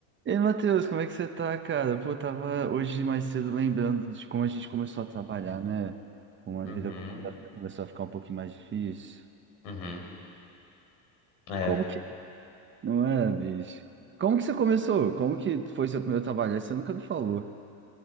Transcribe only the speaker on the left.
Uhum,
uhum. É,